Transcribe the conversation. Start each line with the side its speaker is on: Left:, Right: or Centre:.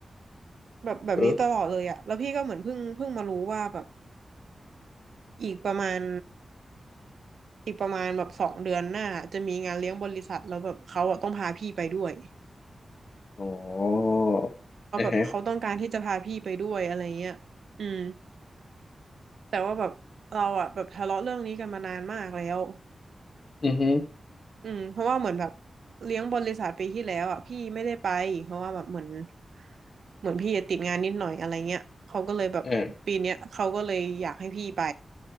Right: แบบแบบนี้ตลอดเลยอะแล้วพี่ก็เหมือนเพิ่งเพิ่งมารู้ว่าแบบ
Left: เออ
Right: อีกประมาณ อีกประมาณแบบสองเดือนหน้าจะมีงานเลี้ยงบริษัทแล้วแบบเขาอะต้องพาพี่ไปด้วย
Left: อ๋อ
Right: เขาแบบเขาต้องการที่จะพาพี่ไปด้วยอะไรเงี้ยอืม
Left: อ่าฮะ
Right: แต่ว่าแบบเราอะแบบทะเลาะเรื่องนี้กันมานานมากแล้ว
Left: อือฮึ
Right: อืมเพราะว่าเหมือนแบบเลี้ยงบริษัทปีที่แล้วอะพี่ไม่ได้ไปเพราะว่าแบบเหมือนเหมือนพี่ติดงานนิดหน่อยอะไรเงี้ยเขาก็เลยแบบปีเนี้ยเขาก็เลยอยากให้พี่ไป
Left: อ่า